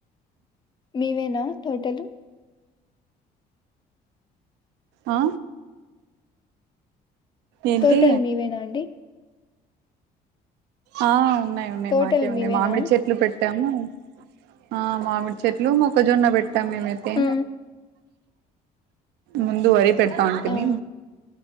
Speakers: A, on the left (about 25°); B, on the right (about 85°).
A: మీవేనా తోటలు
B: ఆ ఏంటి
A: తోటల్ మివేన అండి
B: ఆ ఉన్నాయి ఉన్నాయి
A: టోటల్
B: మాకే ఉన్నాయి
A: మీవేనా
B: మామిడి చెట్లు పెట్ టాను ఆ మామిడి చెట్లు మొక్కజొన్న పె తమేమతే
A: ఆ
B: ముందు వరి పెడతా ఉంటిమి
A: ఆ